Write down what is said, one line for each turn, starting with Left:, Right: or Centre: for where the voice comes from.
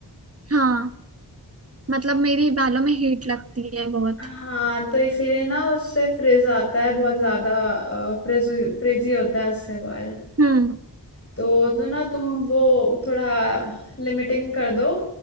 Right: हाँ मतलब मेरी बालों में हीट लगती है बहुत
Left: हाँ तो इसीलिए ना उससे फ्रिज आता है बहुत ज्यादा फ्रिज फ्रिजी होता है उससे बाल
Right: हम्म
Left: तो, तो ना तुम वो थोड़ा लिमिटिंग कर दो